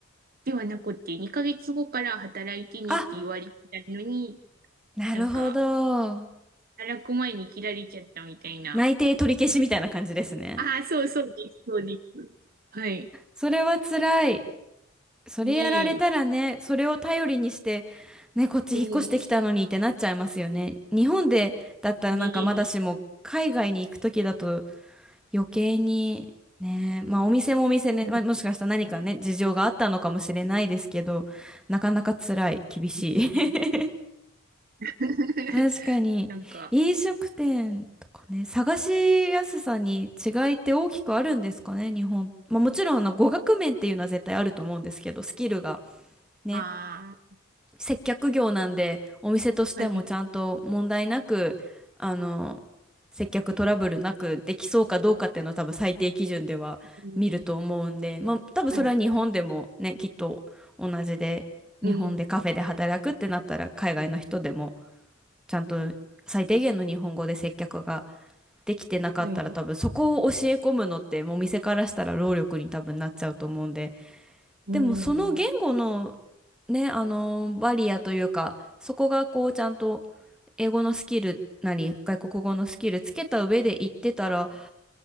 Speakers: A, on the right (about 45°); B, in the centre.
A: ではなくて、2ヶ月後から働いてねって言われたのに、
B: あ、なるほど。
A: なんか、働く前に切られちゃったみたいな。
B: 内定取り消しみたいな感じですね。
A: ああ、そうそうです、そうです。はい。
B: それは辛い。それやられたらね、
A: ねえ、
B: それを頼りにして、ね、こっち引っ越してきたのにってなっちゃいますよね。
A: うん、
B: 日本でだったらなんかまだしも、
A: ねえ、
B: 海外に行くときだと余計に、ね、まあお店もお店ね、
A: うん、
B: まあ、もしかしたら何かね、事情があったのかもしれないですけど、なかなか辛い、厳しい。
A: ね
B: <laughs>
A: え。<laughs>
B: 確かに、
A: なんか、
B: 飲食店とかね、探しやすさに違いって大きくあるんですかね、日本。まあ、もちろんあの語学面っていうのは絶対あると思うんですけど、スキルがね、
A: あ
B: 接客業なんで、お店としてもちゃんと問題なく、
A: あ、はい。
B: あの、接客トラブルなくできそうかどうかっていうのは多分最低基準では見ると思うんで、
A: うん、
B: まあ、多分それは日本でもね、
A: はい。
B: きっと同じで、
A: うん、
B: 日本でカフェで働くってなったら海外の人でも。ちゃんと最低限の日本語で接客ができてなかったら多分そこを教え込むのってもう店からしたら労力に多分なっちゃうと思うんで
A: はい。うん、
B: でもその言語のねあのバリアというかそこがこうちゃんと英語のスキルなり外国語のスキルつけた上で行ってたら